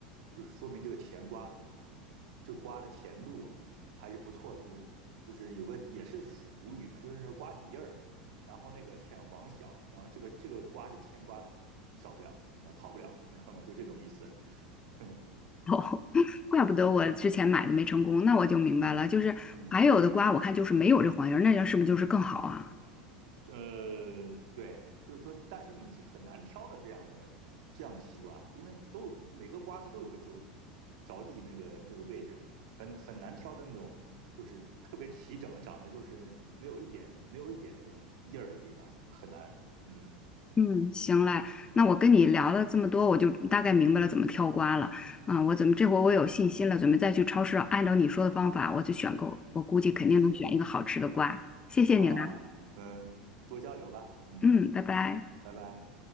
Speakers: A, on the right; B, on the left.
A: 就是说明这个甜瓜，嗯这瓜的甜度还是不错的。就是就是有个也是俗语嘛，就是那个瓜底叶儿，然后那个浅黄小，然后这个这个瓜是甜瓜，少不了，那跑不了，你知道吗？就这种意思。<laughs> 嗯
B: 哦，怪不得我之前买的没成功，那我就明白了，就是还有的瓜我看就是没有这黄叶儿，
A: 嗯。
B: 那样是不是就是更好啊？
A: 呃，对，就是说，但是你很难挑的这样的这样的西瓜，因为都每个瓜它都有个着着地那个这个位置，很很难挑的那种，就是特别齐整的，长得就是没有一点没有一点那种印儿的地方，很难。嗯，
B: 嗯，行嘞，那我跟你聊了这么多，我就大概明白了怎么挑瓜了。啊。我怎么这回我有信心了，准备再去超市按照你说的方法我去选购，我估计肯定能选一个好吃的瓜。
A: <laughs>
B: 谢谢你啦，
A: 好啊，嗯，多交流吧，嗯，
B: 嗯，拜拜。
A: 拜拜。